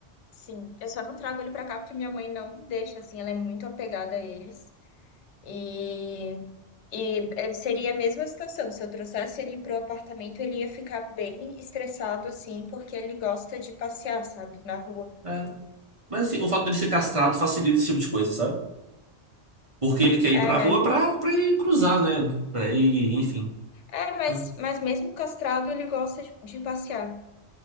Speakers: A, on the left; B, on the right.
A: sim. Eu só não trago ele pra cá porque minha mãe não deixa, assim, ela é muito apegada a eles. E, e eh, seria a mesma situação. Se eu trouxesse ele pro apartamento, ele ia ficar bem estressado, assim, porque ele gosta de passear, sabe, na rua.
B: É. Mas assim, o fato dele ser castrado facilita esse tipo de coisa, sabe? Porque ele quer ir pra
A: É, né?
B: rua pra, pra ir cruzar, né? Pra ir, enfim.
A: É, mas,
B: Ah,
A: mas mesmo castrado, ele gosta de, de passear.